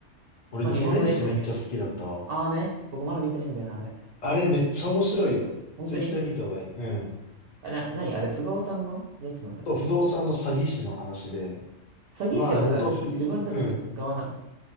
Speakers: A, on the left; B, on the right.
A: 俺、
B: まあ日本のやつも見るし。
A: 地面師めっちゃ好きだったわ。
B: ああね、僕まだ見てないんだよな、あれ。
A: あれめっちゃ面白いよ。
B: 本当に
A: 絶対見た方がいい。うん。
B: あな、なにあれ、不動産のやつなんだっけ
A: そう、不動産の詐欺師の話で。
B: 詐欺師はさ、
A: まあ、ネトフリ、
B: 自分たちが側なの
A: うん。